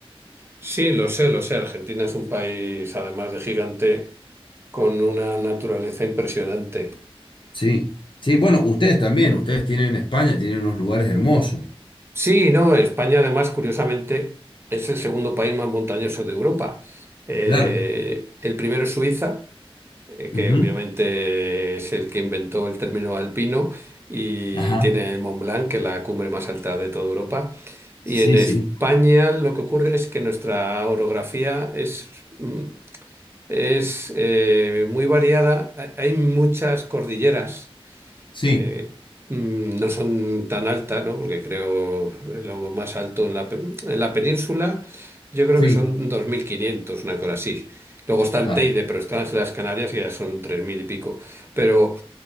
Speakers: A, on the right; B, on the left.
A: Sí, lo sé, lo sé. Argentina es un país, además de gigante, con una naturaleza impresionante.
B: Sí, sí, bueno, ustedes también, ustedes tienen en España, tienen unos lugares hermosos,
A: Sí, no, España, además, curiosamente, es el segundo país más montañoso de Europa. Eh,
B: claro.
A: el primero es Suiza, eh, que
B: Ujú.
A: obviamente es el que inventó el término alpino, y
B: Ajá,
A: tiene el Mont Blanc, que es la cumbre más alta de toda Europa.
B: sí,
A: Y en España
B: sí,
A: lo que ocurre es que nuestra orografía es, mm, Es eh, muy variada. Ha- Hay muchas cordilleras.
B: sí,
A: eh, mm, no son tan altas, ¿no? Porque creo lo más alto en la, pe- en la península, yo creo
B: sí,
A: que son 2.500 una cosa así. Luego está el
B: claro.
A: Teide, pero están las las Canarias y ya son 3.000 y pico. Pero